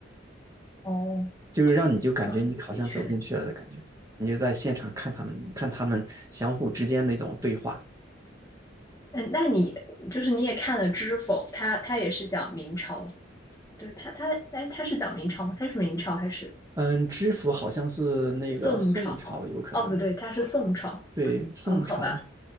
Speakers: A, on the left (about 15°); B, on the right (about 20°).
A: 哦，
B: 就是让你就感觉你好像走进去了的感觉，
A: 嗯，的确。
B: 你就在现场看他们看他们相互之间那种对话。
A: 嗯，那你就是你也看了《知否》，它它也是讲明朝，对它它哎，它是讲明朝吗？它是明朝还是
B: 嗯，知府好像是那个宋朝，
A: 宋朝？
B: 有可能，
A: 哦，不对，它是宋朝。
B: 对，宋朝，
A: 嗯，好吧，